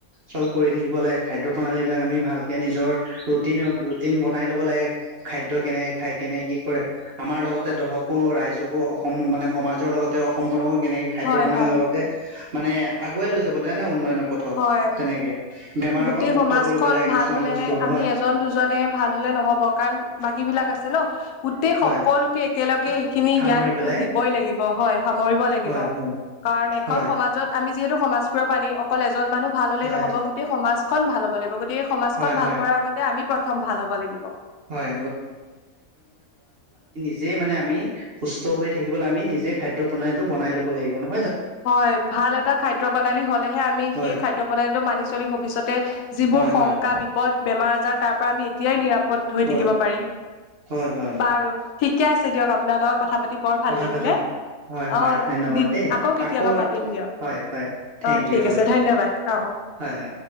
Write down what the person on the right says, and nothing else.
চল কৰি থাকিব লাগে খাদ্য প্ৰণালী বিলাক আমি ভালকে নিজৰ ৰুটিন ৰুটিন বনাই ল'ব লাগে। খাদ্য কেনেকে খায় কেনেকে কি কৰে আমাৰ লগতে দশকো ৰাইজ অসম মানে সমাজৰ লগতে অসমখনকো কেনেকে খাদ্য
প্ৰণালীৰ
লগতে মানে আগুৱাই লৈ যাবা লাগে ন উন্নয়নৰ পথত
তেনেকে বেমাৰৰ
পৰা মুক্ত
কৰিব লাগে কিছুমান
বস্তু
হয়
হয়
সামৰি
পেলাই
হয় হয়
হয়
হয়
হয়
হয়
হয় নিজে মানে আমি সুস্থ হৈ থাকিবলৈ আমি নিজে খাদ্য প্ৰণালীটো বনাই ল'ব লাগিব ন
হয়
হয়
হয়
হয়
হয় হয়
কথা
পাতি হয় হয়
ধন্যবাদ দেই।
আকৌ
হয় হয় থেংক
ইউ বাই
হয় হয়।